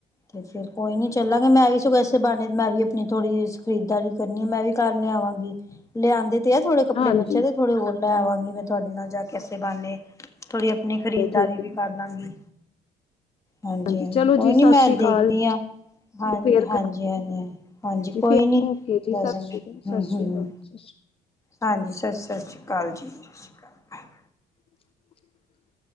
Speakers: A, on the left; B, on the left.
A: ਤੇ ਫੇਰ ਕੋਈ ਨੀ ਚੱਲਾਂਗੇ ਮੈਂ ਵੀ ਸੁੈਸੇ ਬਣੇ ਮੈਂ ਵੀ ਆਪਣੀ ਥੋੜੀ ਖਰੀਦਦਾਰੀ ਕਰਨੀ ਆ ਮੈਂ ਵੀ ਘਰ ਲਿਆਵਾਂਗੀ ਲਿਆਦੇ ਇਹ ਥੋੜੇ ਕੱਪੜੇ
B: ਹਾਂਜੀ
A: ਬੱਚਿਆਂ ਦੇ ਥੋੜੇ ਲੈ ਆਵਾਂਗੇ ਮੈਂ ਤੁਹਾਡੇ ਨਾਲ ਜਾ ਕੇ ਅਸੀਂ ਬਣਨੇ ਥੋੜ੍ਹੀ ਆਪਣੀ ਖਰੀਦਾਰੀ
B: ਠੀਕ
A: ਵੀ
B: ਹੈ
A: ਕਰ ਲਾਂਗੀ ਹਾਂਜੀ
B: ਚਲੋ
A: ਹਾਂਜੀ ਕੋਈ
B: ਜੀ ਸਤਿ
A: ਨੀ ਮੈਂ
B: ਸ੍ਰੀ ਅਕਾਲ
A: ਦੇਖਦੀ ਹਾਂ ਹਾਂ
B: ਫੇਰ
A: ਹਾਂਜੀ ਹਾਂਜੀ ਹਾਂਜੀ ਕੋਈ
B: ਫੇਰ
A: ਨੀ
B: ਓਕੇ ਜੀ
A: ਦੱਸ
B: ਸਤਿ
A: ਦਾਂਗੇ
B: ਸ਼੍ਰੀ ਅਕਾਲ ਸਤਿ
A: ਹਮ
B: ਸ਼੍ਰੀ
A: ਹਮ
B: ਅਕਾਲ ਸਤਿ ਸ਼੍ਰੀ ਅਕਾਲ
A: ਹਾਂਜੀ ਸ ਸਤਿ ਸ੍ਰੀ ਅਕਾਲ ਜੀ ਸਤਿ ਸ਼੍ਰੀ ਅਕਾਲ
B: <inaudible>